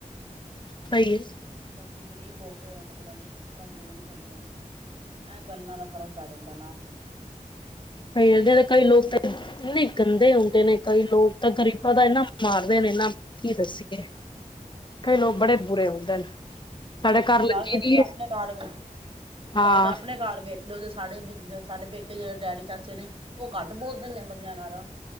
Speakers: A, on the left; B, on the right.
A: ਸਹੀ ਹ।
B: ਅਸੀਂ ਗ਼ਰੀਬ ਹੋ ਕੇ ਮਤਲਬ ਤੁਹਾਨੂੰ ਦੇ ਨੀ ਸਕਦੇ ਇਹਂ ਗੱਲਾਂ ਦਾ ਫ਼ਰਕ ਪੈ ਜਾਂਦਾ ਨਾ
A: ਕਈ ਜਿਹੜੇ ਕਈ ਲੋਕ ਤਾਂ ਇਨੇ ਗੰਦੇ ਕਈ ਲੋਕ ਤਾਂ ਗਰੀਬਾਂ ਦਾ ਇਹਨਾ ਮਾਰਦੇ ਨੇ, ਇਹਨਾਂ ਕੀ ਦੱਸੀਏ ਕਈ ਲੋਕ ਬੜੇ ਬੁਰੇ ਹੁੰਦੇ ਨੇ ਸਾਡੇ
B: ਲੈ ਤੁਸੀਂ
A: ਘਰ ਲੱਗੀ
B: ਗੱਲ ਕਰਦੇ
A: ਦੀ
B: ਆਪਣੇ
A: ਏ
B: ਘਰ ਵੇਖ, ਤੁਸੀਂ
A: ਹਾਂ
B: ਗੱਲ ਕਰ ਆਪਣੇ ਘਰ ਵ ਲੈ ਜ ਸਾਡੇ ਸਾਡੇ ਪੇਕੇ ਜਿਹੜੇ ਡੈਡੀ ਚਾਚੇ ਨੇ-ਉਹ ਘੱਟ ਬੋਲਦੇ ਨੇ ਬੰਦਿਆਂ ਨਾਲ